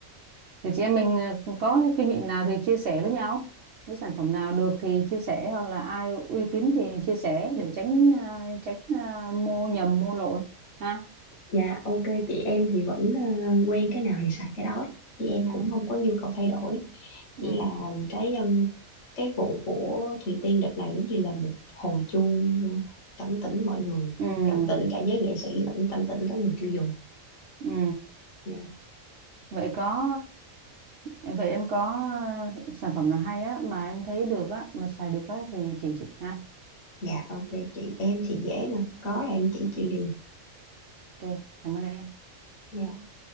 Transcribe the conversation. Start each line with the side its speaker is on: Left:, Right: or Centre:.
Right: Thì chị em mình ờ, có kinh nghiệm nào thì chia sẻ với nhau. Nếu sản phẩm nào được thì chia sẻ hoặc là ai uy tín thì chia sẻ để tránh à, tránh à, mua nhầm mua lộn ha.
Left: Dạ ok chị em thì vẫn ờ, quen cái nào thì xài cái đó chị em
Right: Ừ.
Left: cũng không có nhu cầu thay đổi
Right: Ừ.
Left: chỉ là cái um, cái vụ của Thùy Tiên đợt này giống như là một hồi chuông ờ, cảnh tỉnh mọi người
Right: Ừ. Ừ.
Left: cảnh tỉnh cả giới nghệ sĩ lẫn cảnh tỉnh cả người tiêu dùng
Right: Ừ.
Left: dạ
Right: Vậy có ờ, vậy em có ờ, sản phẩm nào hay á mà em thấy được á mà xài được á thì chị chị ha.
Left: Dạ, ok chị em thì dễ mà có là em chỉ chị liền
Right: Ok, cảm ơn em.
Left: Dạ.